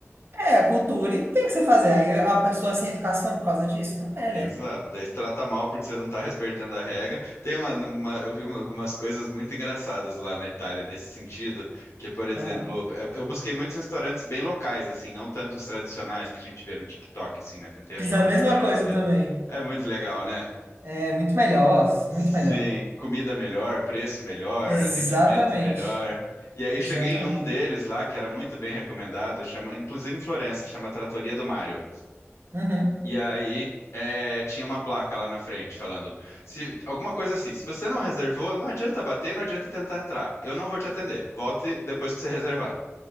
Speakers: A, on the right; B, on the left.
A: É, a cultura e não tem o que você fazer. Aí a pessoa sem educação por causa disso? Não é,
B: Exato,
A: né?
B: daí se trata mal porque você não está respeitando a regra. Tem uma, uma- eu vi uma- algumas coisas muito engraçadas lá na Itália nesse sentido, que por exemplo,
A: Aham.
B: eu, eu busquei muitos restaurantes bem locais assim, não tanto os tradicionais que a gente vê no TikTok assim, né? Tentei achar
A: Fiz a
B: uns
A: mesma
B: restaurantes,
A: coisa
B: mas
A: também.
B: é muito legal, né?
A: É muito melhor, muito
B: Sim,
A: melhor.
B: comida melhor, preço melhor,
A: Exatamente.
B: atendimento melhor. E aí
A: Exatamente.
B: cheguei em um deles lá que era muito bem recomendado, chama, inclusive em Florença, chama Trattoria do Mário.
A: Uhum.
B: E aí é, tinha uma placa lá na frente falando, se alguma coisa assim, se você não reservou, não adianta bater, não adianta tentar entrar. Eu não vou te atender. Volte depois que você reservar.